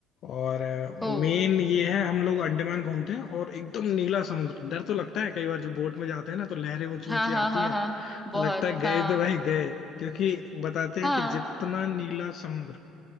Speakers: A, on the left; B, in the centre.
A: और
B: ओ
A: मेन ये है हम लोग अंडमान घूमते हैं और एकदम नीला समुद्र डर तो लगता है कई बार जब बोट में जाते हैं ना तो लहरें ऊंची
B: हाँ
A: ऊंची
B: हाँ
A: आती
B: हाँ
A: है
B: हाँ बहुत
A: तो लगता है गए
B: हाँ
A: तो भाई गए क्योंकि बताते
B: हाँ
A: हैं कि जितना नीला समुद्र